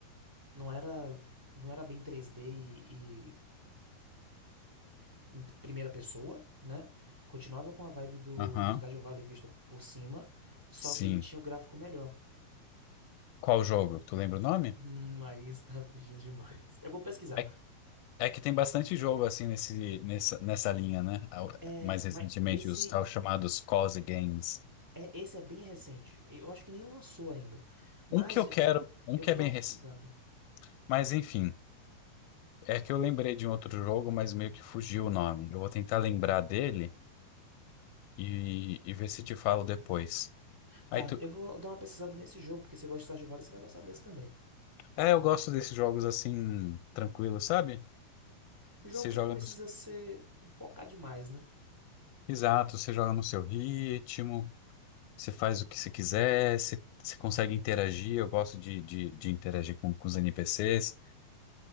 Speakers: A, in the centre; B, on the left.
A: Não era, não era bem três d e, e em primeira pessoa, né? Continuava com a vibe do,
B: Aham.
A: do Stardew Valley visto por cima, só
B: Sim.
A: que ele tinha o gráfico melhor.
B: Qual jogo? Tu lembra o nome?
A: Hum, aí está pedindo demais. Eu vou pesquisar.
B: É É que tem bastante jogo assim nesse, nessa, nessa linha, né? Ao-
A: É,
B: Mais recentemente,
A: mas esse
B: os tal chamados cozy games.
A: é, esse é bem recente. Eu acho que nem lançou ainda. Mas
B: Um que eu quero, um
A: Eu
B: que
A: vou
B: é
A: dar
B: bem
A: uma
B: recente.
A: pesquisada.
B: Mas enfim, é que eu lembrei de um outro jogo, mas meio que fugiu o nome. Eu vou tentar lembrar dele e, e ver se te falo depois.
A: Tá,
B: Aí tu.
A: eu vou dar uma pesquisada nesse jogo, porque você gosta de Stardew Valley, você vai gostar desse também.
B: É, eu gosto desses jogos assim, tranquilo, sabe?
A: Jogo
B: Você
A: que
B: joga
A: não precisa
B: no.
A: ser focar demais, né?
B: Exato, você joga no seu ritmo, você faz o que você quiser, você, você consegue interagir. Eu gosto de, de, de interagir com, com os NPCs.